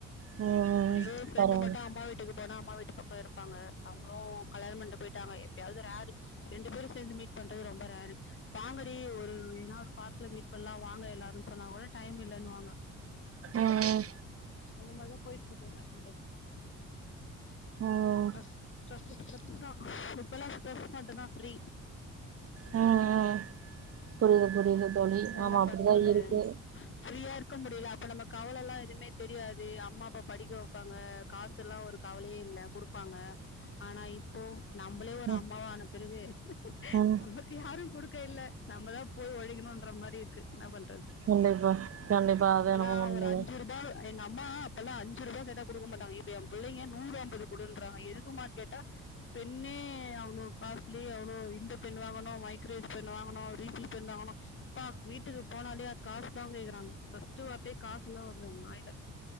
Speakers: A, on the right; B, on the left.
A: ம்
B: ஒரே ஒ ஃப்ரெண்டு
A: பரவால்ல
B: மட்டு அம்மா வீட்டுக்கு போனா மா வீட்டு பக்கொ இருப்பாங்க அவுங்ளு கல்யாண பண்டு பொய்ட்டாங்க எப் எப்பாவது ரெரு ரெண்டு பேரு சேந்து மீட் பண்றது ரொம்ப ரெரு வாங்கடி ஒரு எதுனா ஒரு பார்க்ல மீட் பண்ணலா வாங்க எல்லாரு இப்பனா கூட டைம் இல்லன்னுவாங்க
A: ஆஹ்
B: அந்த மாரிதான் போயிட்டு இருக்குது என்ன பண்றது
A: ம் ம்
B: டஸ் டஸ் ஸ்ட்ரெஸ் தான் இப்பெல்லாம் ஸ்ட்ரெஸ் மட்டும் தான் ஃப்ரீ
A: ம் ம் புரியுது புரியுது தோழி
B: என்ன
A: ஆமா அப்டிதா
B: பண்றது
A: இருக்கு
B: ப்ரியா இருக் க்கோ முடில அப்ப நம்ம கவலலா எதுமே தெரியாது அம்மா அப்பா படிக்க வப்பாங்க காசுல்லா ஒரு கவலையே இல்ல குடுத் ப்பாங்க ஆனா இப்போ நம்பளே ஒரு
A: ம்
B: அம்மாவானப் பெருகு
A: ம்
B: நமக்கு யாரு குடுக் க இல்ல நம்ம தா போய் ஒழகணுன்ற மாரி இரு கு என்ன பண்றது
A: கண்டிப்பா கண்டிப்பா அது
B: அப்பல்லா
A: என்னமோ உண்மதா
B: ஒரு அஞ்சு ரூபா எங்க அம்மா அப்பெல்லா அஞ்சு ரூபா கேட்டா குடுக்க மாட்டாங்க இப்போ என் பிள்ளங்க நூறு அம்பது குடுன்றறாங்க எதுக்குமானு கேட்டா பெண்ணே அவ்ளோ காஸ்லி அவ்ளோ இந்த பெண் வாங்கணு மைக்ரேஸ் பெண் வாங்கணு ரீஃபில் பெண் வாங்கணுப்பா வீட்டுக்கு போனாலே காஸ் தா கேகுறாங்க ஃபஸ்ட்டு வார்த்தையே காசு தா வருது அவுங்க வாய்